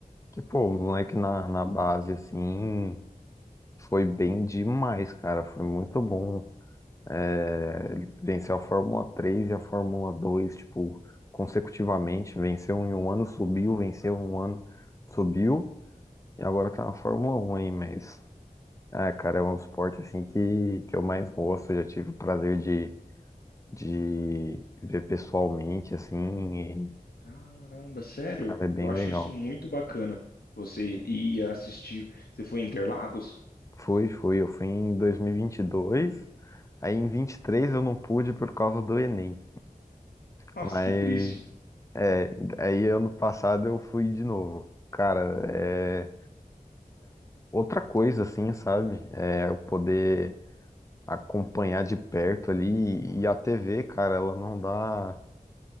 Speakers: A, on the left; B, on the left.
A: Que pô, o moleque na, na base, assim, foi bem demais, cara. Foi muito bom É, ele venceu a Fórmula três e a Fórmula dois tipo, consecutivamente. Venceu em um ano, subiu, venceu em um ano, subiu. E agora tá na Fórmula um aí, mas. Ah, cara, é um esporte assim que, que eu mais gosto. Eu já tive o prazer de, de ver pessoalmente, assim, e,
B: Caramba, sério?
A: cara, é bem
B: Eu acho
A: legal.
B: isso muito bacana. Você ir assistir. Você foi em Interlagos?
A: Fui, fui. Eu fui em 2022, aí em 23 eu não pude por causa do Enem.
B: Nossa,
A: Mas
B: que triste.
A: É, aí ano passado eu fui de novo. Cara, é outra coisa assim, sabe? É eu poder acompanhar de perto ali e a TV, cara, ela não dá